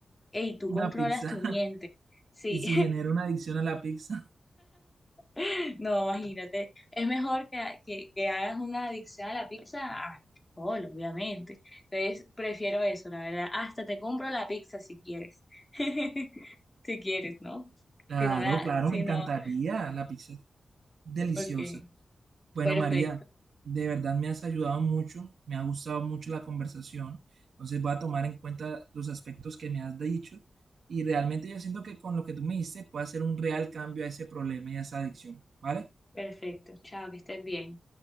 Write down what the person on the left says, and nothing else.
Ey, tú controlas
tu miente.
Sí,
<laughs> no, imagínate. Es mejor que, que, que hagas una adicción a la pizza al alcohol, obviamente. Entonces, prefiero eso, la verdad. Hasta te compro la pizza si quieres. <laughs> Si quieres, ¿no?
Si no la,
si
no,
Ok,
perfecto,
perfecto. Chao, que estés bien.